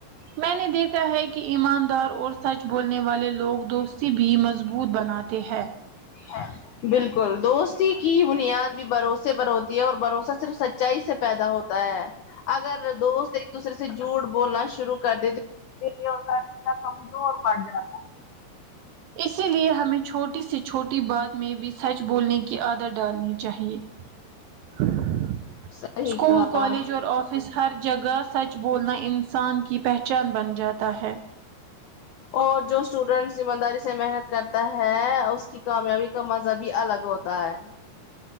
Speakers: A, on the right; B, on the left.
A: میں نے دیکھا ہے کہ ایماندار اور سچ بولنے والے لوگ دوستی بھی مضبوط بناتے ہیں
B: ہاں بالکل دوستی کی بنیاد بھی بھروسے پر ہوتی ہے اور بھروسہ صرف سچائی سے پیدا ہوتا ہے اگر دوست ایک دوسرے سے جھوٹ بولنا شروع کر دیتے تو انکا رشتہ کمزور پڑ جاتا
A: اسیلیے ہمیں چھوٹی سے چھوٹی بات میں بھی سچ بولنے کی عادت ڈالنی چاہیے <inaudible>
B: <unintelligible>
A: اسکول
B: کہا
A: کالج اور آفس ہر جگہ سچ بولنا انسان کی پہچان بن جاتا ہے
B: اور جو اسٹوڈینٹ ایمانداری سے محنت کرتا ہے اس کی کامیابی کا مزہ بھی الگ ہوتا ہے